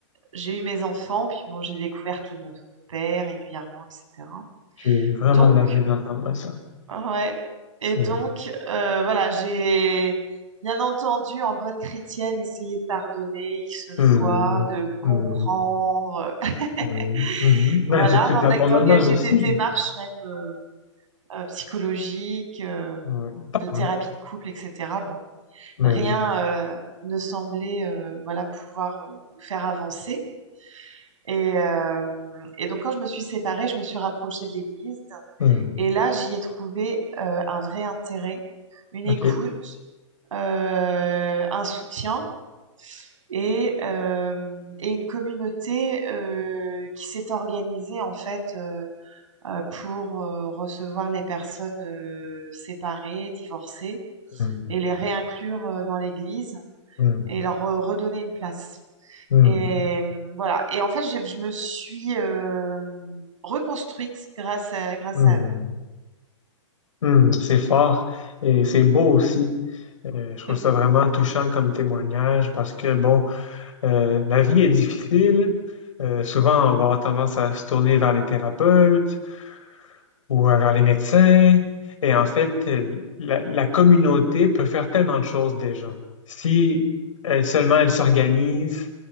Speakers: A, on the right; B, on the left.
A: J'ai eu mes enfants, puis bon, j'ai découvert qu'il me trompait régulièrement, etc.
B: J'ai vraiment
A: Donc,
B: de la veine d'entendre ça.
A: ouais.
B: C'est...
A: Et donc, euh, voilà, j'ai bien entendu, en bonne chrétienne, essayé de pardonner X
B: Hmm,
A: fois, de comprendre,
B: hmm,
A: <laughs>
B: hmm, mhm. Ben,
A: voilà,
B: c'est toute
A: d'en-
B: la
A: d'engager
B: promenade aussi.
A: des démarches même. euh, euh, psychologiques, euh,
B: Ouais,
A: de thérapie
B: ouais,
A: de couple, etc. Bon,
B: ben
A: rien
B: oui.
A: euh, ne semblait euh, voilà, pouvoir euh, nous faire avancer. Et, euh, et donc, quand je me suis séparée, je me suis rapprochée de l'Église.
B: Hmm,
A: Et là, j'y ai trouvé euh, un vrai intérêt, une
B: OK.
A: écoute, euh, un soutien et, euh, et une communauté euh, qui s'est organisée, en fait, euh, euh, pour euh, recevoir les personnes euh, séparées, divorcées,
B: Hmm,
A: et les réinclure euh, dans l'Église
B: hmm,
A: et leur re- redonner une place.
B: hmm,
A: Et euh, voilà. Et en fait, j'ai- je me suis euh, reconstruite grâce à, grâce
B: hmm.
A: à
B: hmm.
A: eux.
B: Hmm, c'est fort et c'est beau aussi. Euh, je
A: <laughs>
B: trouve ça vraiment touchant comme témoignage parce que, bon, euh, la vie est difficile. Euh, souvent, on va avoir tendance à se tourner vers les thérapeutes ou euh, vers les médecins. Et en fait, euh, la, la communauté peut faire tellement de choses déjà. Si euh, seulement elle s'organise,